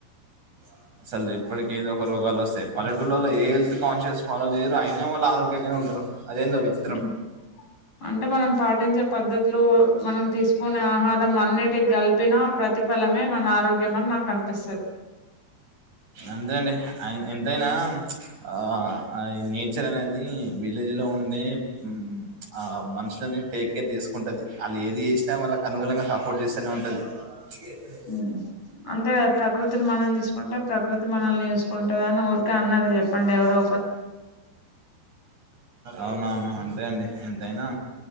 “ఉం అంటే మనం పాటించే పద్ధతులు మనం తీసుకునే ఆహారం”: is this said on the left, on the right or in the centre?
Left